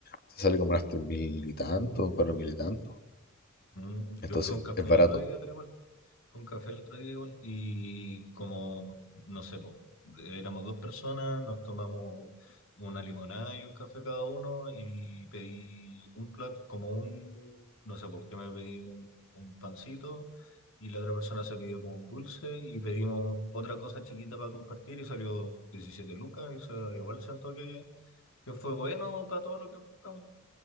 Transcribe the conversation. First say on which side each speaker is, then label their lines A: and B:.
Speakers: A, on the left (about 45°); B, on the left (about 70°).
A: Te sale como unas tres mil y tanto, cuatro mil y tanto.
B: Mm,
A: Entonces
B: yo fui a un café
A: es barato.
B: el otro día igual. Con café el otro día igual, y como, no sé, po, éramos dos personas, nos tomamos una limonada y un café cada uno y pedí un plato, como un, no sé, po, yo me pedí un, un pancito y la otra persona se pidió como un dulce y pedimos un- otra cosa chiquita para compartir y salió 17 lucas, y se igual siento que, que fue bueno para todo lo que compramos.